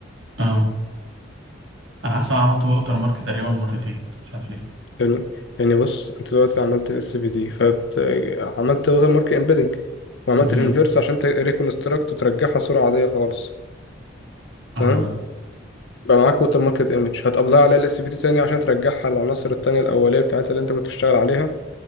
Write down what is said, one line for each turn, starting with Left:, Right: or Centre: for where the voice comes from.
Right: اه انا حاسس انا عملت ووتر مارك تقريبا مرتين مش عارف ليه
Left: يعني يعني بص انت دلوقتي عملت الاس في دي فعملت لوتر مارك امبيدنج وعملت
Right: مهم.
Left: الانفرس عشان تريكونستراكت وترجعها صوره عاديه خالص
Right: اها
Left: تمام بقى معاك ووتر ماركت ايمج هتقبلها على ال في دي تاني عشان ترجعها للعناصر التانية الأولية بتاعتها اللي أنت كنت بتشتغل عليها